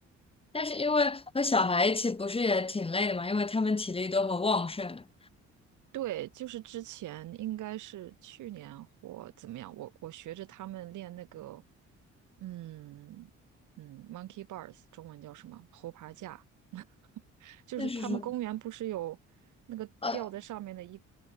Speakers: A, on the left; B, on the right.
A: 但是因为和小孩一起不是也挺累的嘛，因为他们体力都很旺盛。
B: 对，就是之前应该是去年或怎么样，我我学着他们练那个，嗯嗯，monkey bars，中文叫什么？猴爬架，<laughs> 就是他们公园不是有那个吊在上面的一
A: 那是什么？呃，